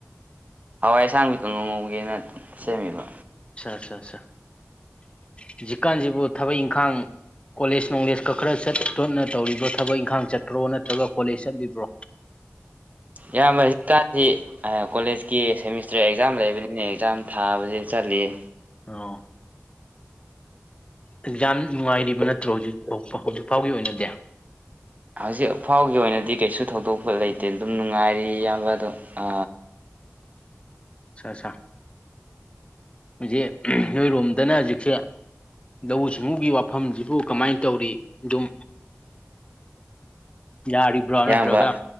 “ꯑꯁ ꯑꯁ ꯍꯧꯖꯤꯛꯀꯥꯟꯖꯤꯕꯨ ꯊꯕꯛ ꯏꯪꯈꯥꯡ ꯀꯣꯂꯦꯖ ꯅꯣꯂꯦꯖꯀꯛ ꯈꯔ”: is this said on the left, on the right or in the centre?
Left